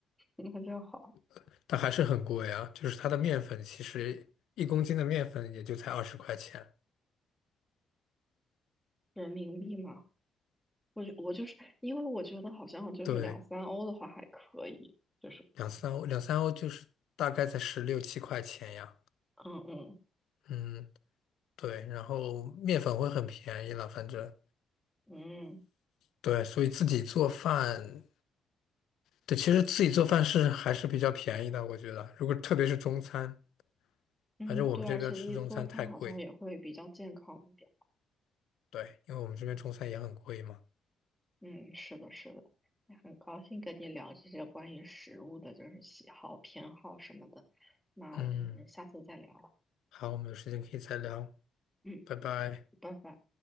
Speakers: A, in the centre; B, on the left.
A: 那就好，
B: <laughs> 但还是很贵啊。就是它的面粉，其实一公斤的面粉也就才二十块钱。
A: 人民币嘛。我我就是因为我觉得好像就是两三欧的话还可以，
B: 对，
A: 就是
B: 两三欧，两三欧就是大概在十六七块钱呀。
A: 嗯嗯
B: 嗯，对，然后面粉会很便宜了，反正
A: 嗯
B: 对，所以自己做饭，对，其实自己做饭是还是比较便宜的，我觉得。如果特别是中餐，
A: 嗯，
B: 反正我们这边吃中餐太贵，
A: 对，而且自己做饭好像也会比较健康一点。
B: 对，因为我们这边中餐也很贵嘛。
A: 嗯，是的，是的，也很高兴跟你聊这些关于食物的，就是喜好、偏好什么的。那我们下次再聊。
B: 嗯，好，我们有时间可以再聊，
A: 嗯，
B: 拜拜。
A: 拜拜。